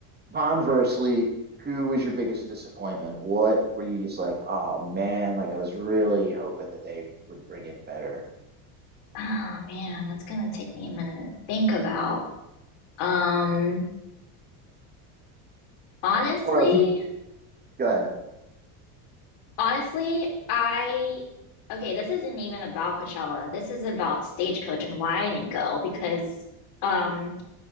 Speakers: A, on the right; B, on the left.
A: Conversely, who was your biggest disappointment? What were you just like, oh man, like I was really hoping that they would bring it better?
B: Oh man, that's gonna take me a minute to think about. Um, honestly,
A: Or like, you- go ahead.
B: honestly, I okay, this isn't even about Coachella. This is about Stagecoach and why I didn't go because um